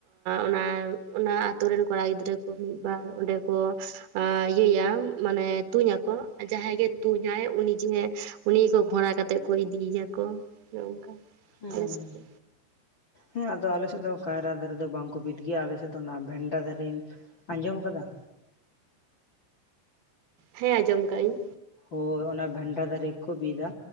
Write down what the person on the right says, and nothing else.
ᱚᱱᱟ ᱚᱱᱟ ᱟᱛᱩ ᱨᱮᱱ ᱠᱚᱲᱟ ᱜᱤᱫᱽᱨᱟᱹ ᱠᱚ, ᱢᱤᱫ ᱵᱟᱨ ᱚᱸᱰᱮ ᱠᱚ ᱤᱭᱟᱹᱭᱟ ᱢᱟᱱᱮ ᱛᱩᱧᱟᱠᱚ ᱾ ᱡᱟᱦᱟᱸᱭ ᱜᱮ ᱛᱩᱧᱟᱭ ᱩᱱᱤ ᱡᱮ ᱩᱱᱤ ᱜᱷᱚᱲᱟ ᱠᱟᱛᱮᱫ ᱠᱚ ᱤᱫᱤᱭᱮᱭᱟᱠᱚ ᱱᱚᱝᱠᱟ᱾
ᱵᱮᱥ ᱜᱮ᱾
ᱦᱮᱸ ᱟᱸᱡᱚᱢ ᱠᱟᱜ ᱤᱧ᱾